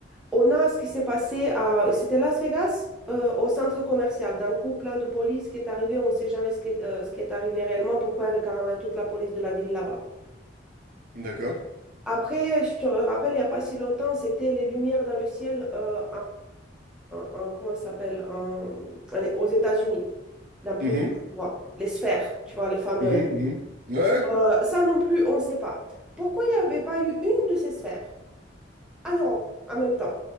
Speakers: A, in the centre; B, on the right.
A: On a ce qui s'est passé à, c'était Las Vegas, euh, au centre commercial. D'un coup, plein de police qui est arrivé, on ne sait jamais ce qui est, euh, ce qui est arrivé réellement, pourquoi il y avait carrément toute la police de la ville là-bas.
B: d'accord.
A: Après, je te rappelle, il n'y a pas si longtemps, c'était les lumières dans le ciel euh, en, en- comment ça s'appelle, en- en- aux États-Unis, dans plusieurs
B: Mhm,
A: endroits. Les sphères, tu vois, les fameuses.
B: mhm, mhm. Ouais.
A: Euh, ça non plus, on ne sait pas. Pourquoi il n'y avait pas eu une de ces sphères en Europe en même temps?